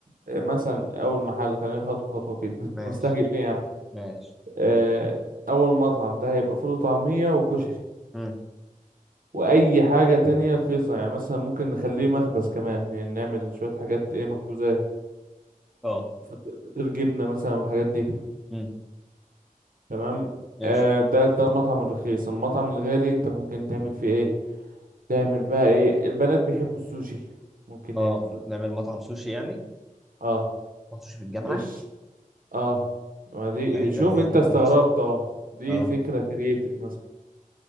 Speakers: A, on the right; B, in the centre.
A: آه، مثلا أول محل خلينا خطوة خطوة كده <laughs> أنت
B: ماشي
A: مستعجل ليه يا عم
B: ماشي
A: آه، أول مطعم ده هيبقى فول وطعمية وكشري
B: مم.
A: وأي حاجة تانية رخيصة يعني مثلا ممكن نخليه مخبز كمان يعني نعمل شوية حاجات إيه مخبوزات
B: اه
A: فطير فطير جبنة مثلا والحاجات دي
B: امم
A: تمام
B: ماشي
A: آه ده ده المطعم الرخيص المطعم الغالي انت ممكن تعمل فيه ايه تعمل بقى ايه البنات بيحبوا السوشي ممكن
B: اه
A: نعمل سوشي
B: نعمل مطعم سوشي يعني
A: اه
B: مطعم سوشي في الجامعه
A: ايش اه ما دي
B: غريبه
A: شوف
B: غريبه
A: انت استغربت
B: يا اسطى
A: اه دي
B: اه
A: فكرة كرييتيف مثلا